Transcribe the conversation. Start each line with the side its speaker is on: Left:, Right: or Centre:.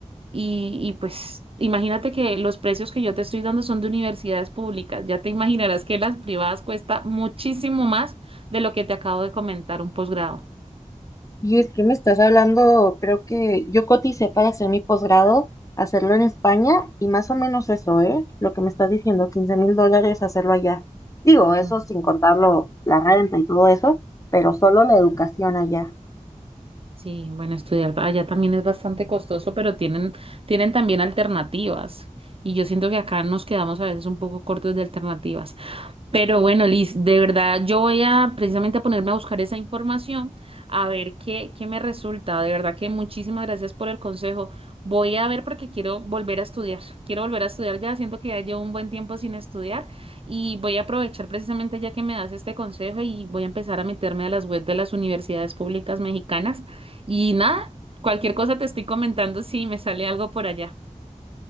Right: Y, y pues imagínate que los precios que yo te estoy dando son de universidades públicas. Ya te imaginarás que las privadas cuesta muchísimo más de lo que te acabo de comentar, un posgrado.
Left: Y es que me estás hablando, creo que yo coticé para hacer mi posgrado, hacerlo en España y más o menos eso, ¿eh? Lo que me estás diciendo, quince mil dólares hacerlo allá. Digo, eso
Right: Mm.
Left: sin contarlo, la renta y todo eso, pero solo la educación allá.
Right: Sí, bueno, estudiar allá también es bastante costoso, pero tienen, tienen también alternativas. Y yo siento que acá nos quedamos a veces un poco cortos de alternativas. Pero bueno, Liz, de verdad, yo voy a precisamente a ponerme a buscar esa información, a ver qué, qué me resulta. De verdad que muchísimas gracias por el consejo. Voy a ver porque quiero volver a estudiar. Quiero volver a estudiar ya, siento que ya llevo un buen tiempo sin estudiar y voy a aprovechar precisamente ya que me das este consejo y voy a empezar a meterme a las webs de las universidades públicas mexicanas. Y nada, cualquier cosa te estoy comentando si me sale algo por allá.